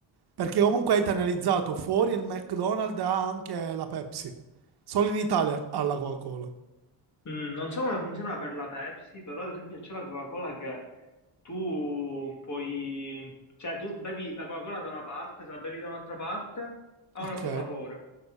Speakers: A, on the right; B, on the left.
A: Perché comunque hai penalizzato fuori il McDonald's ha anche la Pepsi. Solo in Italia ha la Coca-Cola.
B: Mm, non so come funziona per la Pepsi, però ad esempio c'è la Coca-Cola che tu puoi... Cioè, tu bevi la Coca-Cola da una parte, se la bevi da un'altra parte, ha
A: Ok,
B: un altro sapore,